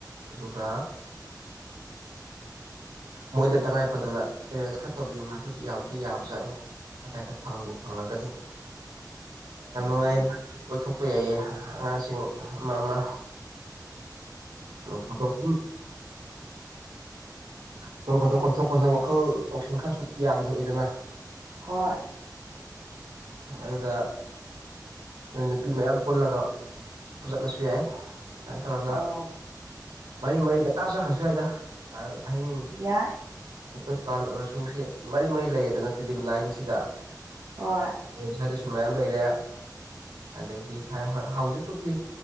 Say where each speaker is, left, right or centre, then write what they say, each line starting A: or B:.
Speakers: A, on the right; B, on the right.
A: ꯑꯗꯨꯒ ꯃꯣꯏꯗ ꯇꯉꯥꯏ ꯐꯗꯅ ꯑꯦꯔꯦꯟꯖ ꯈꯔ ꯇꯧꯕꯤꯌꯨ ꯍꯥꯏꯔꯁꯨ ꯑꯗꯨ ꯌꯥꯕꯗꯤ ꯌꯥꯕꯖꯥꯠꯅꯤ ꯑꯗꯥꯏꯗ ꯐꯪꯕ ꯐꯪꯂꯒꯗꯤ ꯌꯥꯝ
B: ꯑꯣ
A: ꯅꯨꯡꯉꯥꯏꯌꯦ ꯀꯣꯏꯊꯣꯛꯄ ꯌꯥꯏꯌꯦ ꯑꯉꯥꯡꯁꯤꯡ ꯑꯃ ꯑꯃ ꯑꯣ ꯑꯗꯒꯤ ꯁꯨꯝ ꯈꯣꯠꯇꯣꯛ ꯀꯣꯏꯊꯣꯛꯄꯁꯤꯅ ꯋꯥꯈꯜ ꯂꯧꯁꯤꯡ ꯈꯔ ꯁꯨꯝ ꯌꯥꯡꯊꯣꯛꯏꯗꯅ
B: ꯍꯣꯏ
A: ꯑꯗꯨꯅ ꯅꯣꯏꯅ ꯅꯨꯄꯤ ꯃꯌꯥꯝ ꯄꯨꯜꯂꯒ ꯄꯨꯜꯂꯁꯨ ꯌꯥꯏ ꯑꯗꯨꯃꯥꯏꯅ ꯇꯧꯔꯒ
B: ꯑꯥꯎ
A: ꯃꯔꯤ ꯃꯔꯤ ꯉꯟꯇꯥ ꯆꯠꯈ꯭ꯔꯁꯨ ꯌꯥꯏꯗ ꯑꯍꯤꯡ
B: ꯌꯥꯏ
A: ꯑꯩꯈꯣꯏ ꯄ꯭ꯂꯥꯟ ꯑꯣꯏꯔꯁꯨ ꯁꯤ ꯃꯔꯤ ꯃꯔꯤ ꯂꯩꯌꯦꯗꯅ ꯇꯤꯗꯤꯝ ꯂꯥꯏꯟꯁꯤꯗ
B: ꯍꯣꯏ
A: ꯁ꯭ꯋꯥꯏꯗ ꯁꯨꯝ ꯃꯌꯥꯝ ꯂꯩꯔꯦ ꯑꯗꯒꯤ ꯍ ꯍꯧꯖꯤꯛꯄꯨꯗꯤ